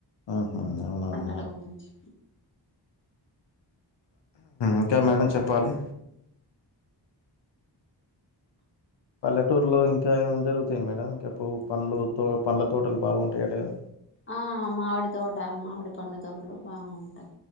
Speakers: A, on the left (about 75°); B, on the left (about 25°).
A: ఆహా అవునా
B: పంటల
A: మేడం
B: గురించి
A: ఇంకా మేడం చెప్పాలి పల్లెటూరులో ఇంకా ఏమేం జరుగుతు ఐతే మేడం ఇంకాప్పు పండ్లు తో పండ్ల తోటలు బాగుంటాయట కదా
B: ఆ మామిడి తోట మామిడి పండు తోటలు బాగు ఉంటాయి